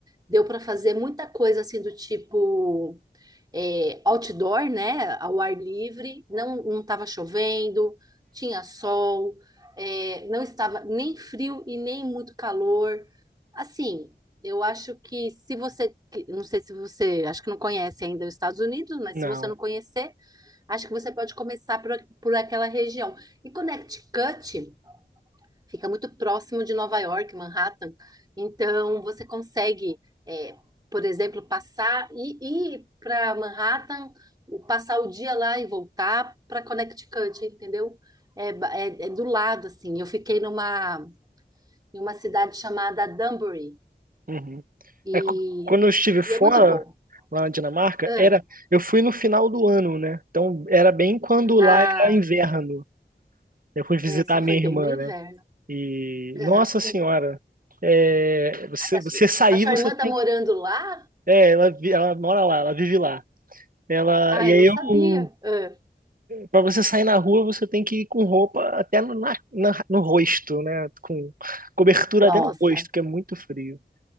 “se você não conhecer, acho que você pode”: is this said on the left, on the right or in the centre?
Right